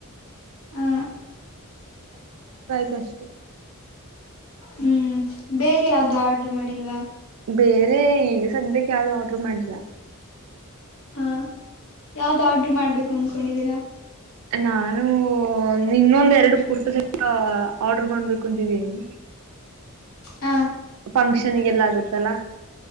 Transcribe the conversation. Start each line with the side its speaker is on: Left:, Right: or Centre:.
Left: ಹಾ
Right: ತರ್ಸದೆ
Left: ಹೂ ಬೇರೆ ಯಾವ್ದು ಆರ್ಡರ್ ಮಾಡಿಲ್ವಾ
Right: ಬೇರೆ ಈಗ ಸದ್ಯಕ್ಕೆ ಯಾವ್ದುಆರ್ಡರ್ ಮಾಡಿಲ್ಲ
Left: ಹಾ ಯಾವ್ದು ಆರ್ಡರು ಮಾಡ್ಬೇಕಂನ್ಕೊಂಡಿದೀರಾ
Right: ನಾನು ಇನ್ನೊಂದ ಎರಡು ಕುರ್ತಾ ಸೆಟ್ ಆರ್ಡರ್ ಮಾಡ್ಬೇಕು ಅಂತಿದೀನಿ
Left: ಹ
Right: ಫಂಕ್ಷನ್ಗೆಲ್ಲ ಆಗುತ್ತೆ ತ್ತಲಾ